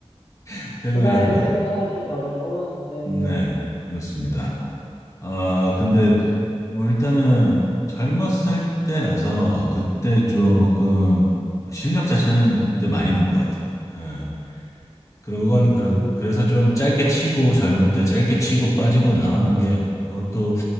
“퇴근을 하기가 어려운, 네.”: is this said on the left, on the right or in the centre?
Left